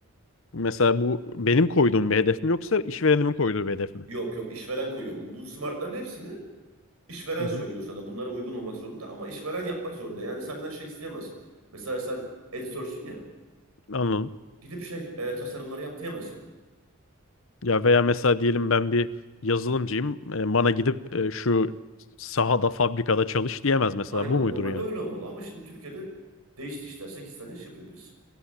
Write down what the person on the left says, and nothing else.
Mesela bu benim koyduğum bir hedef mi yoksa işverenimin koyduğu bir hedef mi?
Hı hı,
anladım.
Ya veya mesela diyelim ben bir yazılımcıyım. E, bana gidip e, şu sahada, fabrikada çalış diyemez mesela.
Bu muydur
yani?